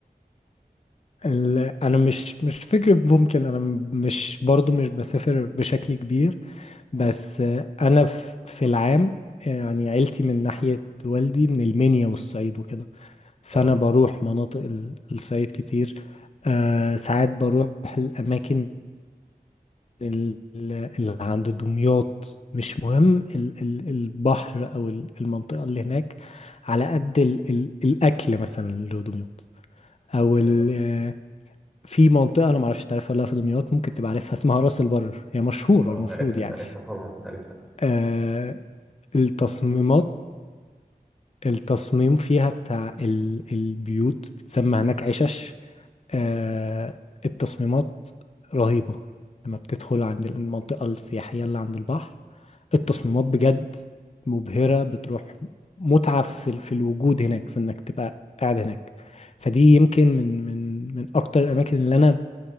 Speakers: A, on the left (about 45°); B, in the centre.
A: ال- انا مش مش فكرة ممكن انا م- مش برضو مش بسافر بشكل كبير بس آه، انا ف- في العام آه، يعني عيلتي من ناحية والدي من المنيا والصعيد وكده فانا
B: آه
A: بروح مناطق ال- الصعيد كتير آه ساعات بروح الاماكن ال- ال- اللي عند دمياط مش مهم ال- ال- البحر او ال- المنطقه اللي هناك على قد ال- ال- الاكل مثلا اللي في دمياط او ال-
B: آه
A: آه، في منطقه انا معرفش تعرفها ولا لأ في دمياط ممكن تبقى عارفها اسمها راس البر هي مشهوره
B: آه
A: المفروض
B: عارفها
A: يعني
B: عارفها طبعا عارفها
A: آه التصميمات التصميم فيها بتاع ال- البيوت بتسمى هناك عشش آه، التصميمات رهيبة لما بتدخل عند المنطقة السياحية اللي عند البحر التصميمات بجد مبهرة بتروح متعة في, ال- في الوجود هناك في انك تبقى قاعد هناك فدي يمكن من من من اكتر الاماكن اللي انا